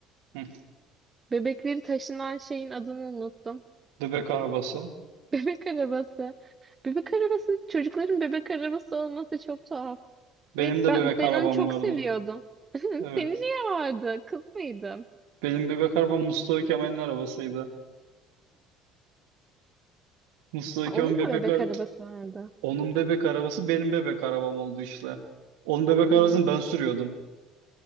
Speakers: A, on the right (about 65°); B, on the right (about 25°).
A: Hı.
B: Bebekleri taşınan şeyin adını unuttum.
A: Bebek arabası.
B: Bebek arabası. Bebek arabası, çocukların bebek arabası olması çok tuhaf.
A: Benim
B: Ve
A: de
B: ben,
A: bebek
B: ben
A: arabam
B: onu çok
A: vardı.
B: seviyordum. <laughs>
A: Evet.
B: Senin niye vardı? Kız mıydın?
A: Benim bebek arabam Mustafa Kemal'in arabasıydı. Mustafa
B: Ha, onun
A: Kemal bebek
B: mu bebek
A: ar-
B: arabası vardı?
A: onun bebek arabası benim bebek arabam oldu işte. Onun bebek
B: Hmm.
A: arabasını ben sürüyordum.